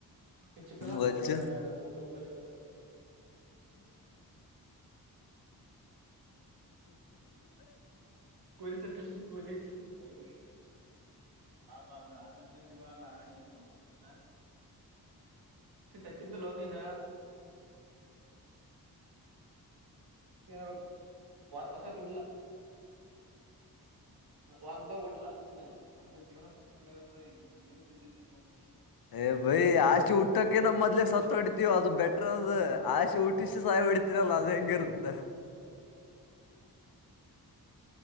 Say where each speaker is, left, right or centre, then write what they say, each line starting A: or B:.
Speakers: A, on the right (about 75°); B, on the left (about 65°).
A: ಈ ಚಿಕ್ಕದು
B: ವಜ್ಜ
A: ಮರ ಊಟ ಹೋಗ ಇತ್ತು ಕೊರಿ ಸೆಟ್ಟ <unintelligible> <unintelligible> ಅದು ಅದನು ಜವ ಅಲ್ಲ ಅನು ಹ ತತ್ತಿದ್ದೋ ನೀನ್ ಚ ಹೊಸ ಕುಟ್ಟಿಲ್ಲ ಒಬ್ದ ಕೊಟ್ಟಲ ಒಂದು ಜೀವನ ಸತ್ ಹೊಡ್ಯದ ಅಂದ್ರೆ ಈ ವ ತಿ ಕೊು <unintelligible>
B: ಏ ಬೈ ಆಸೆ ಹುಟ್ಟಕೆ ನಮ್ ಮದ್ಲೆೇ ಸತ್ತ ಹೊಡಿತೀವ ಅದು ಬೆಟರ್ ಅದ್ ಆಸೆ ಹುಟ್ಟಿಸಷ್ಟ ಸಹಾಯ ಹೊಿತವಿ ಲ್ಲ ಅದು ಹೆಂಗ ಇರುತ್ತೆ